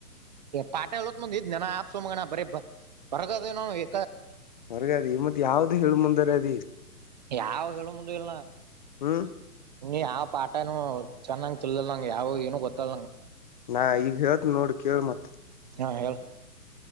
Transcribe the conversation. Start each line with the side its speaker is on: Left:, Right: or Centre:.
Right: ಪಾಟೀಲ್ ಅವತ್ತು ಇನ್ನೇನೋ ಆಫ್ ಮಗನ ಬರಿ ಹೊರಗೆ ಇದೀವಿ ನಾವು
Left: ಹೊರಗೆ ಇದಿಯಾ ಮತ್ತೆ ಯಾವುದು ಹೇಳಬೇಕು ಅಂತ ಇದ್ದೀಯ
Right: ಯಾವುದು ಹೇಳೋ ಮುಂದೆ ಇಲ್ಲ
Left: ಹ್ಮ
Right: ಯಾವ್ ಪಾಠಾನೂ ಚೆನ್ನಾಗಿ ತಿಳಿದಿಲ್ಲ ನನಗೆ ಯಾವುದು ಏನು ಗೊತ್ತಿಲ್ಲ ನಂಗೆ
Left: ನಾನು ಈಗ ಹೇಳಿದ್ದೀನ್ ನೋಡು ಕೇಳು ಮತ್ತೆ
Right: ಹಾ ಹೇಳ.